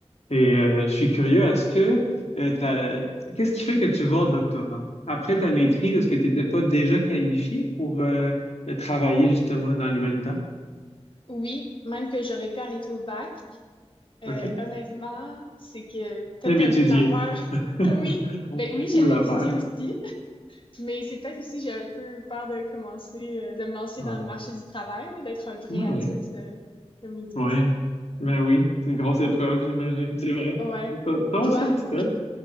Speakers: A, on the left; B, on the left.
A: euh, je suis curieux, est-ce que euh, t'as- qu'est-ce qui fait que tu vas au doctorat? Après ta maîtrise, est-ce que tu n'étais pas déjà qualifié pour euh, travailler justement dans l'humanitaire?
B: Oui, même que j'aurais pu arrêter au bac, euh,
A: OK.
B: honnêtement, c'est que peut-être
A: Thème étudié.
B: un peu la peur. <laughs>
A: <laughs>
B: Oui, ben oui, j'aime
A: Ou l'affaire.
B: étudier aussi, Mais c'est peut-être aussi, j'ai un peu peur de commencer, euh, de me lancer
A: Ouais.
B: dans le marché du travail, là, d'être un vrai
A: Oui,
B: adulte,
A: oui.
B: euh, comme ils disent.
A: Ouais.
B: là.
A: Ben oui,
B: Mais-
A: c'est une grosse épreuve, j'imagine, c'est vrai.
B: Ouais.
A: Ça, ça va
B: Toi?
A: se faire tout seul.